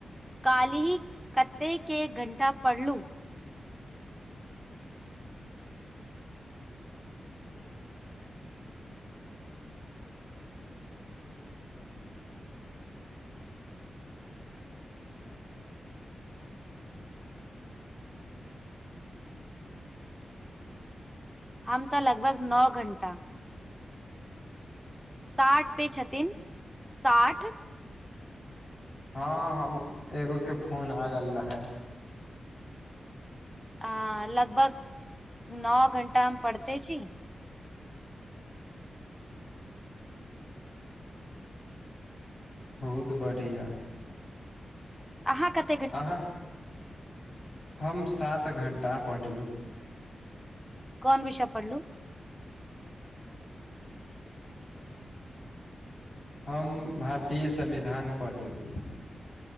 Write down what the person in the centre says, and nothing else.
कालहि कते के घंटा पढ़लु? हम तऽ लगभग नओ घण्टा। साठ पे छथिन साठ
अ लगभग नओ घंटा हम पढ़ते छी
अहाँ कत
कोन विषय पढ़लू?